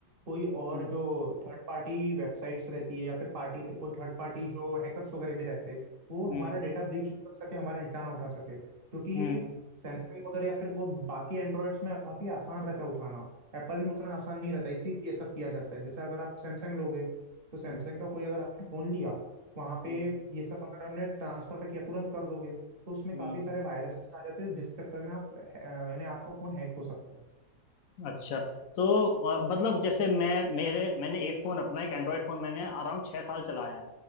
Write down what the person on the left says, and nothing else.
हम्म
हम्म
हम्म
हम्म,
हम्म,
हम्म,
अच्छा तो अ, मतलब जैसे मैं मेरे मैंने एक फ़ोन अपना एक एंड्रॉयड फ़ोन मैंने अराउंड छः साल चलाया है